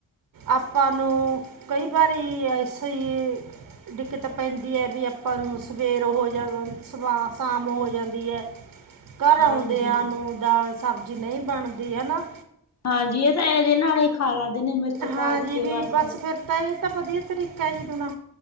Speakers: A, on the right (about 65°); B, on the left (about 50°).
A: ਆਪਾਂ ਨੂੰ ਕਈ ਵਾਰੀ ਐਸੇ ਈ ਦਿੱਕਤ ਪੈਂਦੀ ਐ ਵੀ ਆਪਾਂ ਨੂੰ ਸਵੇਰ ਦੇਰ ਹੋ ਜਾ ਸ਼ਾਮ ਹੋ ਜਾਂਦੀ ਐ। ਘਰ
B: ਹਾਂਜੀ।
A: ਆਉਦਿਆ ਨੂੰ ਦਾਲ ਸਬਜ਼ੀ ਨਈ ਬਣਦੀ ਹਨਾ।
B: ਹਾਂਜੀ ਇਹ ਤਾਂ ਇਹਦੇ ਨਾਲ ਈ ਖਾ ਲੈਂਦੇ ਨੇ ਮਿਰਚ ਤਲ
A: ਹਾਂਜੀ
B: ਕੇ
A: ਵੀ
B: ਬਸ
A: ਫਿਰ ਤਾਂ ਇਹ ਤਾਂ ਵਧੀਆ ਤਰੀਕਾ ਐ ਜੀ ਦੁਣਾ